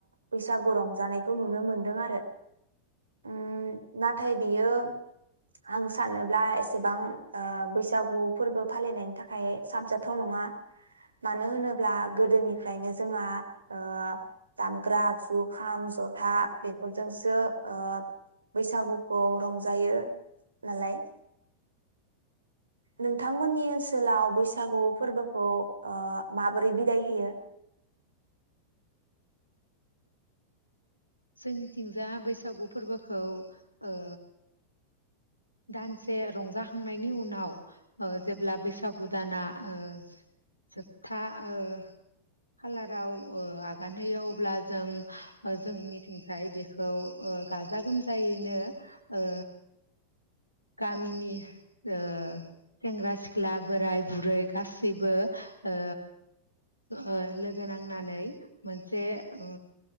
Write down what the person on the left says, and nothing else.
जोंनिथिंजा बैसागु फोरबोखौ ओ दानसे रंजाखांनायनि उनाव ओ जेब्ला बैसागु दाना ओ जोबथा ओ खालाराव ओ आगान होयो अब्ला जों जोंनिथिंजाय बेखौ ओ गाजा गोमजायैनो ओ गामिनि ओ सेंग्रा सिख्ला बोराय बुरै गासैबो ओ ओ लोगो नांनानै मोनसे ओ